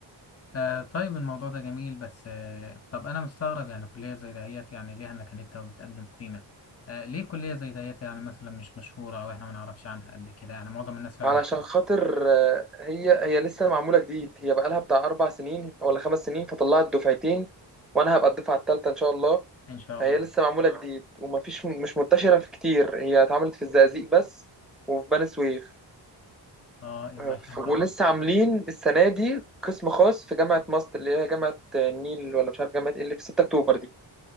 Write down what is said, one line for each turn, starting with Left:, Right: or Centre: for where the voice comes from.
Left: آه، طيب الموضوع ده جميل بس آه، طب انا مستغرب يعني كليه زي دهيت يعني ليها مكانتها وبتقدم قيمه آه، ليه كليه زي دهيت يعني مثلا مش مشهوره او احنا ما نعرفش عنها قد كده يعني معظم الناس فعلا
Centre: علشان
Left: ما-
Centre: خاطر آه، هي هي لسه معمولة جديد هي بقالها بتاع أربع سنين ولا خمس سنين فطلعت دفعتين وأنا هبقى الدفعة التالتة إن شاء الله
Left: ان شاء
Centre: فهي
Left: الله
Centre: لسه معمولة جديد ومفيش مش منتشرة في كتير هي اتعملت في الزقازيق بس وفي بني سويف
Left: اه يبقى
Centre: آه،
Left: عشان
Centre: ف- ولسه
Left: كده
Centre: عاملين السنة دي قسم خاص في جامعة ماست اللي هي جامعة آه، النيل ولا مش عارف جامعة ايه اللي في 6 أكتوبر دي